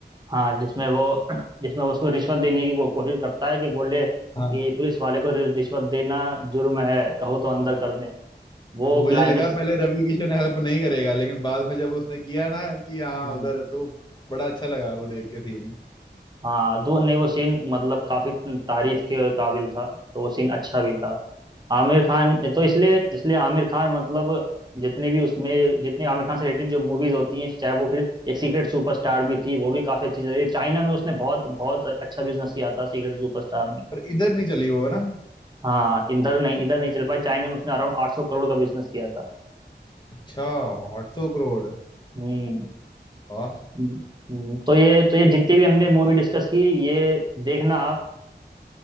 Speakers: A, on the right; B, on the left.
A: हाँ जिसमें वो जिसमें वो उसको रिश्वत देने की को, कोशिश करता है कि बोले कि
B: हाँ
A: पुलिस वाले को रि- रिश्वत देना जुर्म है कहो तो अंदर कर दें वो
B: अब मुझे
A: क्लाइमेक्स
B: लगा पहले रवि किशन हेल्प नहीं करेगा लेकिन बाद में जब उसने किया ना कि हाँ
A: हम्म
B: उधर है, तो बड़ा अच्छा लगा वो देख के सीन
A: हाँ तो नहीं वो सीन मतलब काफी तारीफ के काबिल था तो वो सीन अच्छा भी था आमिर खान तो इसलिए इसलिए आमिर खान मतलब जितने भी उसमें जितने आमिर खान से रिलेटेड जो मूवीज होती हैं चाहे वो फिर एक सीक्रेट सुपरस्टार भी थी वो भी काफी अच्छी चली चाइना में उसने बहुत बहुत अच्छा बिजनेस किया था सीक्रेट सुपरस्टार में
B: पर इधर नहीं चली वो ना
A: हाँ इधर नहीं इधर नहीं चल पाया चाइना में उसने अराउंड आठ सौ करोड़ का बिजनेस किया था
B: अच्छा आठ सौ करोड़
A: हम्म
B: वाह
A: हम्म, हम्म। तो ये तो ये जितनी भी हमने मूवी डिस्कस की ये देखना आप